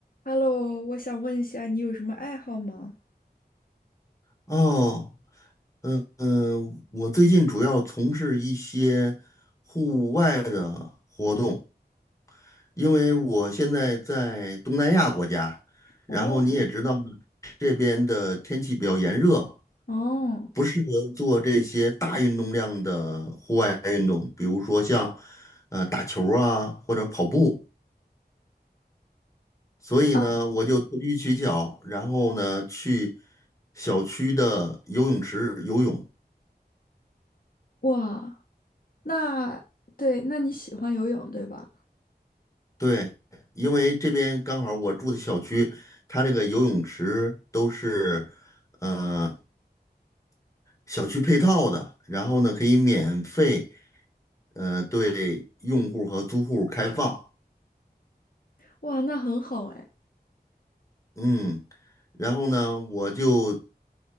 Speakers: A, on the left; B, on the left.
A: Hello，我想问一下，你有什么爱好吗？
B: 哦，嗯嗯，我最近主要从事一些户外的活动，因为我现在在东南亚国家，
A: 哦，
B: 然后你也知道这边的天气比较炎热，
A: 哦，
B: 不适合做这些大运动量的户外运动，比如说像呃打球儿啊或者跑步，所以呢，
A: 啊，
B: 我就投机取巧，然后呢去小区的游泳池游泳。
A: 哇，那对，那你喜欢游泳对吧？
B: 对，因为这边刚好我住的小区，它这个游泳池都是呃小区配套的，然后呢可以免费呃对用户和租户开放，
A: 哇，那很好哎。
B: 嗯，然后呢我就